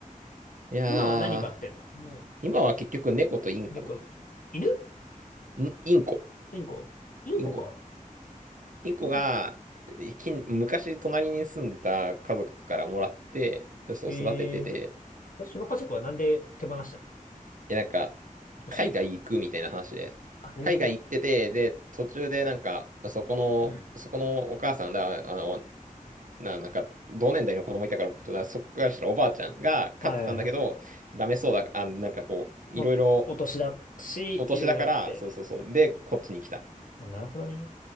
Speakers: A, on the right; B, on the left.
A: いやー、
B: 今は何飼ってんのも
A: 今は結局猫とインコ。
B: う、猫、犬
A: んインコ。
B: インコインコか。
A: インコ。インコが、
B: イン
A: 近昔隣に住んでた家族からもらって、そう育ててて、
B: ええで、その家族はなんで手放したの
A: え、なんか、
B: 年
A: 海外行くみたいな話で、
B: あ、へえ。
A: 海外行ってて、で、途中でなんか、そこの、
B: うん。
A: そこのお母さんだ、あの、な、なんか、同年代の子供いたから僕とだ、そっからしたらおばあちゃんが飼ってたんだけど、
B: はいはいはい。
A: ダメそうだ、あ、なんかこう、
B: まあ、
A: いろいろ、
B: お年だし、
A: お年だから、
B: いろいろあって。
A: そうそうそう。で、こっちに来た。
B: あ、なるほどね。